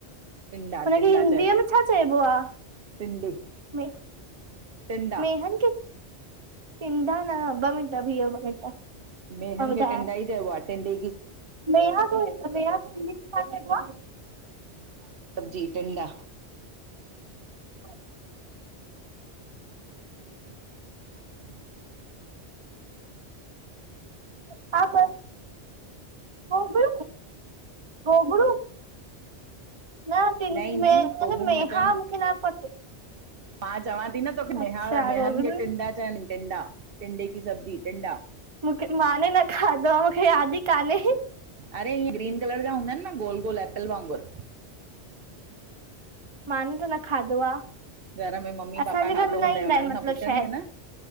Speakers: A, on the right (about 60°); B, on the right (about 30°).
A: टिंडा
B: हुनखे
A: टिंडा
B: हिंदीअ
A: चइबा आहिनि
B: में छा चइबो आ,
A: टिंडे
B: में
A: टिंडा
B: मेहन खे, टिंडा न ॿ मिंट बीह्यो ॿ मिंट
A: मेहन
B: ॿुधायां
A: खे टिंडा ई चेम्बो आ टिंडे की
B: मेहा को मेहा सिंधी में छा चइबो आ
A: सब्जी टिंडा
B: हा <unintelligible>
A: <inaudible>
B: हा <inaudible> गोगड़ू, गोगड़ू न टिंड,
A: नई
B: में
A: नई पोगुण
B: मेहा
A: अचनि
B: मुखे न पतो
A: मां चवां ती न तोखे
B: अच्छा
A: मेहा, मेहन
B: गोगड़ू
A: खे टिंडा चैन टिंडा, टिंडे की सब्जी, टिंडा
B: मूंखे माने न खाधो आह मूंखे याद ही कान्हे
A: अरे इअं ग्रीन कलर जा हूंदा आहिनि न गोल -गोल एपल आंगुरु
B: माने त न खाधो आह
A: घर में मम्मी
B: असांजे
A: पापा
B: घर
A: खाधो
B: में न
A: हूंदई
B: ईंदा
A: हुननि
B: आहिनि मतलब
A: खां पुछंदीअ
B: शायद
A: न